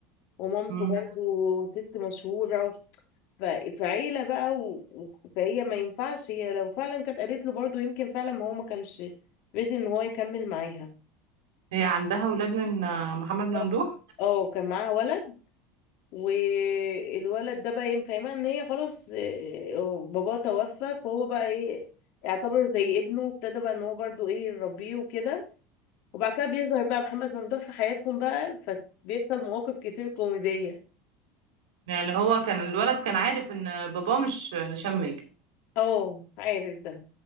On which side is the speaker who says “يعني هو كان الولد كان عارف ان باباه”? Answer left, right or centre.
Right